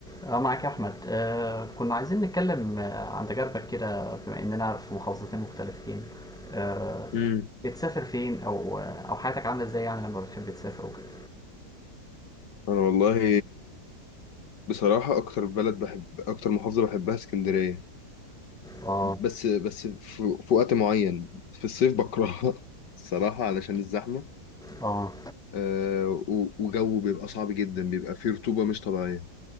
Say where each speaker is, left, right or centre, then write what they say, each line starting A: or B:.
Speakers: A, in the centre; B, on the left (about 90°).
A: اه معاك يا احمد آه كنا عايزين نتكلم آه عن تجاربك كده بما اننا في محافظتين مختلفتين آه
B: امم
A: بتسافر فين او او حياتك عامله ازاي يعني لما بتحب تسافر وكده
B: انا والله بصراحة اكتر بلد بحب اكتر محافظة بحبها اسكندرية
A: اه
B: بس بس في, في وقت معين في الصيف بكرهها <laughs> الصراحة علشان الزحمة
A: اه
B: أه و- وجو بيبقى صعب جدا بيبقى فيه رطوبة مش طبيعية